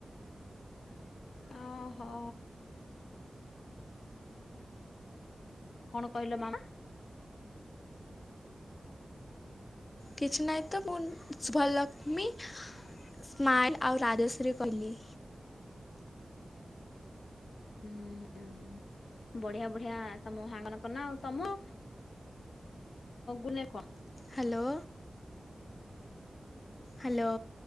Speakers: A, on the left; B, on the left.
A: ଓହୋ, କଣ, କହିଲ ମାମା?
B: କିଛି ନାହିଁ, ତ ମୁଁ ଶୁଭଲକ୍ଷ୍ମୀ, ସ୍ମାଇଲ୍ ଆଉ, ରାଜଶ୍ରୀ କହିଲି ୲
A: ହୁଁ, ହୁଁ, ହୁଁ ବଢିଆ, ବଢିଆ ୲ତମ ହାଙ୍ଗନ କନା, ଆଉ ତମ ଗୁଲେ, କୁହ-
B: ହ୍ୟାଲୋ। ହ୍ୟାଲୋ।